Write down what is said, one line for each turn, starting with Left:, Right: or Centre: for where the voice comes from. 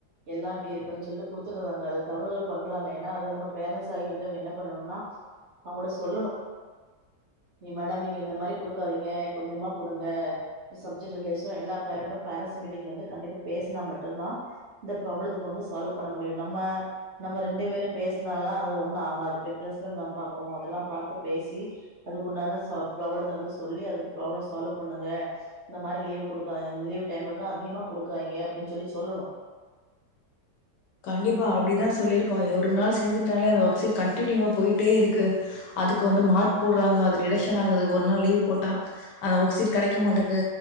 Right: எல்லாம் இப்டி இருக்கனும் சொல்ட்டு குடுத்துறாங்க அது தவறுதல் பண்றாங்க ஏனா அது நம்ம பேரண்ட்ஸ்ஸாகி வந்து அவங்க என்ன பண்ணணுனா அவங்கள்ட சொல்லணு நீ மேடம் நீங்க இந்த மாரி குடுக்காதீங்க கொஞ்சமா குடுங்க சப்ஜெக்ட் ரிலேஷன் எல்லா பேரண்டு பேரண்ட்ஸ் மீட்டிங்ல வந்து கண்டிப்பா பேசுனா மட்டுந்தா இந்த பிராபலத்துக்கு வந்து சால்வு பண்ண முடியு நம்ம நம்ம ரண்டு பேரும் பேசுனாலா அது ஒன்னு ஆகாது பேய் பிரின்சிபல் மேம் பா க்கனு அதெல்லா பாத் பேசி அதுக்கு உண்டான சா புராப்ளத்த வந்து சொல்லி அதுக்கு ப்ராப்ளம் சால்வ் பண்ணுங்க இந்த மாரி லீவு குடுக்கா ந்த லீவ் டைம்ல வந்து அதிகமா குடுக்காதிங்க அப்படின்னு சொல்லி சொல்லணு
Left: கண்டிப்பா அப்டிதா சொல்லிருக்கோ எ ஒரு நாள் சேந்துட்டாலே அந்த ஒர்க்சீட் கண்டினியூவா போயிட்டே இருக்கு அதுக்கு வந்து மார்க் போடுறாங்க அது ரிடக்ஷன் ஆகுது ஒரு நாள் லீவ் போட்டா அந்த ஒர்க் சீட் கெடைக்க மாட்டக்கு